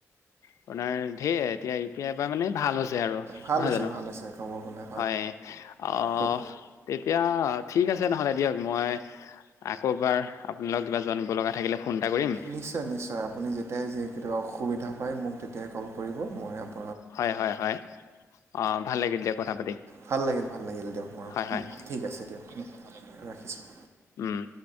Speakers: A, on the left; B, on the right.
A: আপোনাৰ ধেৰ এতিয়া ইউ পি আই বা মানে ভাল হৈছে আৰু
B: ভাল
A: নহয়
B: হৈছে
A: জানো।
B: ভাল হৈছে ক'ব গ'লে
A: হয় আহ
B: খুব
A: তেতিয়া ঠিক আছে নহলে দিয়ক মই আকৌ এবাৰ আপোনালোক কিবা জানিব লগা থাকিলে ফোন এটা কৰিম
B: নিশ্চয় নিশ্চয় আপুনি যেতিয়াই যে কেতিয়াবা অসুবিধা পায় মোক তেতিয়াই কল কৰিব মই আপ
A: হয়' হয়' হয়' অ', ভাল লাগিল দিয়া কথা পাতি।
B: ভাল লাগিল ভাল লাগিল দিয়ক বোৰ
A: হয় হয়
B: ঠিক আছে দিয়ক ৰাখিছোঁ।
A: উম'।